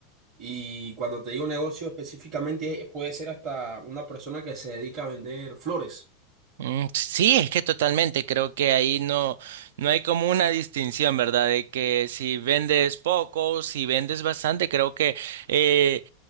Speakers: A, on the right (about 30°); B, on the right (about 70°).
A: Y cuando te digo negocio específicamente, eh, puede ser hasta una persona que se dedica a vender flores
B: Mm, sí, es que totalmente. Creo que ahí no, no hay como una distinción, ¿verdad? De que si vendes poco, si vendes bastante, creo que eh,